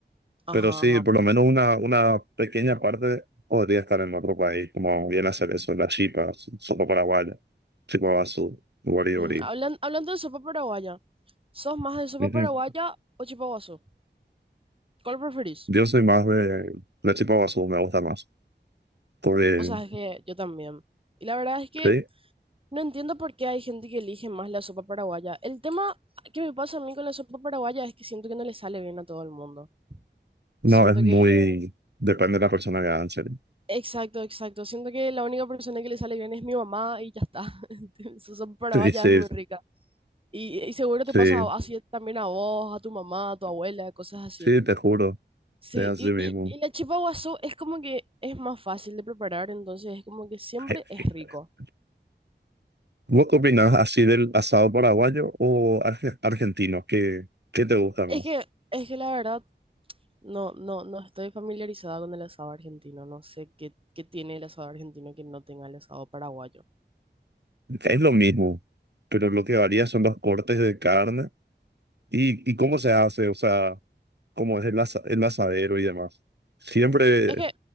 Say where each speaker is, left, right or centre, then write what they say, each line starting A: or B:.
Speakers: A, on the right (about 30°); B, on the right (about 65°).
A: Ajá,
B: Pero sí,
A: ajá.
B: por lo menos una, una pequeña parte podría estar en otro país, como bien hacer eso, las chipas, solo paraguaya, chipa basú, guaribori.
A: Mm, hablan- hablando de sopa paraguaya, ¿sos más de sopa
B: Ujú.
A: paraguaya o chipaguazú? ¿Cuál preferís?
B: Yo soy más de la chipa basú, me gusta más. Porque,
A: O sea, es que yo también. Y la verdad es que
B: sí,
A: no entiendo por qué hay gente que elige más la sopa paraguaya. El tema que me pasa a mí con la sopa paraguaya es que siento que no le sale bien a todo el mundo.
B: no,
A: Siento
B: es muy,
A: que...
B: depende de la persona que haga, en serio.
A: Exacto, exacto. Siento que la única persona que le sale bien es mi mamá y ya está. <laughs> Su sopa paraguaya
B: Sí, sí,
A: es muy rica. Y, y seguro
B: sí,
A: te pasa así también a vos, a tu mamá, a tu abuela, cosas así.
B: sí, te juro,
A: Sí,
B: es así
A: y,
B: mismo.
A: y, y la chipa guazú es como que es más fácil de preparar, entonces es como que siempre
B: <laughs>
A: es rico.
B: ¿Vos qué opinás así del asado paraguayo o arge- argentino? ¿Qué, qué te gusta más?
A: Es que, es que la verdad, no, no, no estoy familiarizada con el asado argentino, no sé qué, qué tiene el asado argentino que no tenga el asado paraguayo.
B: Es lo mismo, pero lo que varía son los cortes de carne y, y cómo se hace, o sea, cómo es el, asa- el asadero y demás. Siempre
A: Es que,